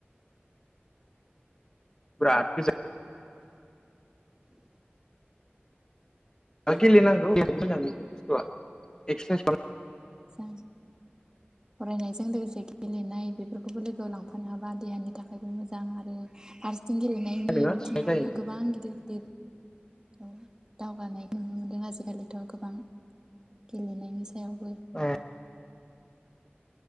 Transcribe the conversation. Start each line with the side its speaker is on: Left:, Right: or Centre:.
Left: बिरात गोजोन।
Right: <inaudible>
Left: गेलेनांगौ बिरात मोजां बेफोर बस्तुआ एक्सेसाइस खाम
Right: मोजां फरायनायजों लोगोसे गेलेनाय बेफोरखौबो लोगोआव लांफानो हाबा देहानि थाखायबो मोजां आरो फारसे थिं गेलेनायनि
Left: खालामनाय नोङो
Right: बिथिङावबो
Left: जायो
Right: गोबां गिदिर गिदिर औ दावगानाय नुनो मोनदों आजिखालिथ' गोबां गेलेनायनि सायावबो
Left: <unintelligible>